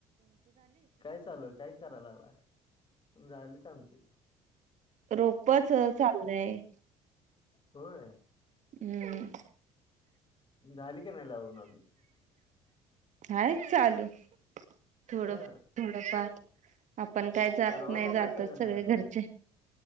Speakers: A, on the left; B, on the right.
A: काय चालूय काय कराला आला झालीत आमची
B: रोपच चाललय.
A: होय.
B: हम्म
A: झाली का नाही अजून
B: हय चालू थोडं
A: हा
B: थोडंफार आपण काय जात
A: तरवा
B: नाही
A: काढलासा
B: जातात
A: का
B: सगळे
A: नाही अजून
B: घरचे